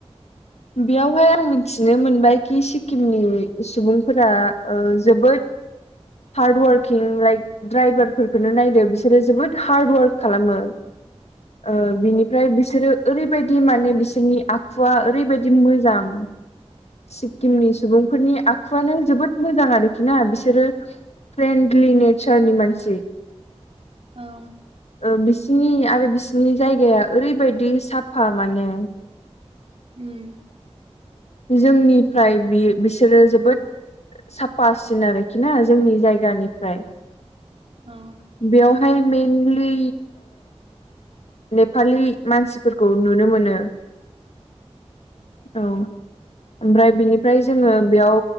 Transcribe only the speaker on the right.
औ
उम
औ